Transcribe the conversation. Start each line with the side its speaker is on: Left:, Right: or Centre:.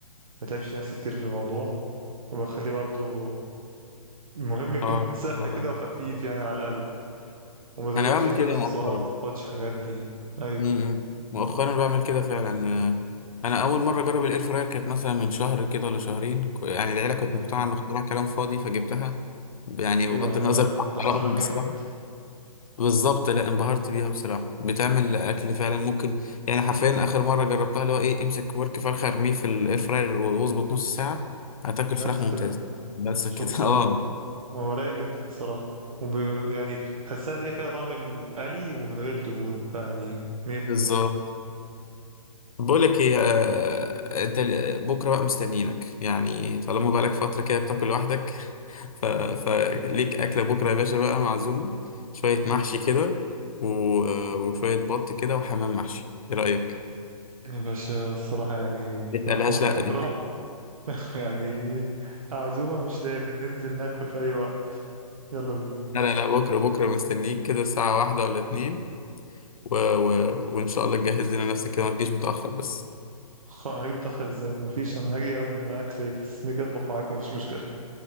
Right: ما تعبش نفسي كتير في الموضوع وبخليه برضو المهم يكون
Left: اه
Right: ساخن
Left: اه
Right: كده وخفيف يعني على القلب وما زودش
Left: انا بعمل
Right: مثلا
Left: كده
Right: صوصات
Left: مؤخرا
Right: ما احطش حاجات دي ايوه
Left: امم مؤخرا بعمل كده فعلا آه، انا اول مره اجرب الاير فراير كانت مثلا من شهر كده ولا شهرين ك- يعني العيله كانت
Right: يا
Left: مقتنعه ان اختراع كلام فاضي فجبتها يعني
Right: ليه
Left: بغض
Right: يا عم
Left: النظر
Right: لا
Left: عن
Right: ده اختراع
Left: ارائهم
Right: جامد
Left: بصراحه بالظبط لا انبهرت بيها بصراحه بتعمل اكل فعلا ممكن يعني حرفيا اخر مره جربتها اللي هو ايه امسك ورك فرخه ارميه في الاير فراير واظبط نص ساعه هتاكل فراخ
Right: بس
Left: ممتازه
Right: كده
Left: بس
Right: شكرا
Left: كده <laughs> اه
Right: هو رايق جدا الصراحه وب... يعني بتحسها ليه فيها طعم القلي ومن غير دهون فيعني 100%
Left: بالظبط بقول لك ايه آه، انت بكره بقى مستنيينك يعني طالما بقالك فتره كده بتاكل لوحدك ف... فليك أكلة بكرة يا باشا بقى معزومة شوية محشي كده و... آه، وشوية بط كده وحمام محشي إيه رأيك؟
Right: بس الصراحة يعني
Left: ما تقلقهاش
Right: أنا فاضي
Left: لأ
Right: بكرة
Left: دي
Right: <laughs> يعني عزومة مش لازم ننزل ناكل في أي وقت يلا بينا
Left: لا لا لا بكرة بكرة مستنيك كده الساعة واحدة ولا اتنين و... و... وإن شاء الله تجهز لنا نفسك كده ما تجيش متأخر بس
Right: خ- هاجي متأخر ازاي مفيش أنا هاجي قبل ما الأكل يجهز نيجي أطبخ معاكم مفيش مشكلة